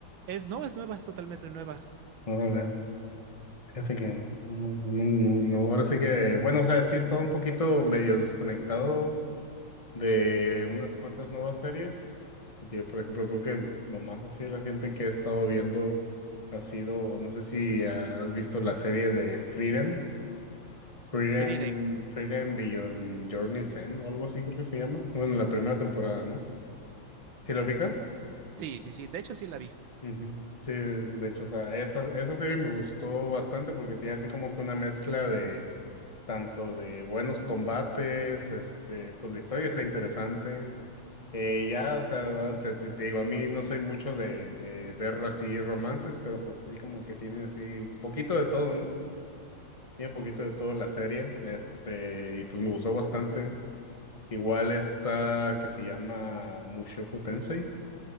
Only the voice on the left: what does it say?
Órale. Fíjate que no, no, no, no, no, no, ahora sí que, bueno, o sea, sí he estado un poquito medio desconectado de unas cuantas nuevas series, porque por ejemplo creo que lo más así reciente que he estado viendo ha sido, no sé si has visto la serie de Frieren, Frieren,
Frieren Beyond Journey's End o algo así creo que se llama, bueno, la primera temporada, ¿no? ¿Sí lo ubicas?
Ujú. Sí, de hecho, o sea, esa, esa serie me gustó bastante porque tiene así como que una mezcla de tanto de buenos combates, este, pues la historia está interesante, Eh, ya, o sea, o sea, te, te digo, a mí no soy mucho de, de ver así romances, pero pues así como que tiene así poquito de todo, ¿no? Tiene poquito de todo la serie, este, y pues me gustó bastante. Igual esta que se llama Mushoku Tensei,